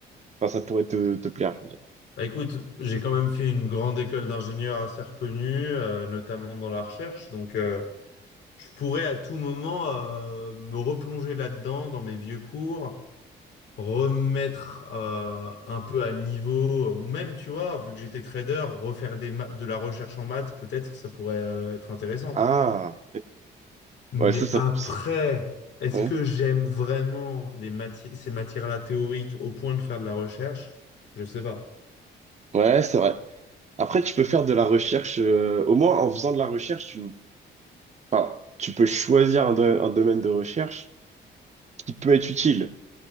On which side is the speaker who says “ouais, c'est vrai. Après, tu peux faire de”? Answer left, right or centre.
Right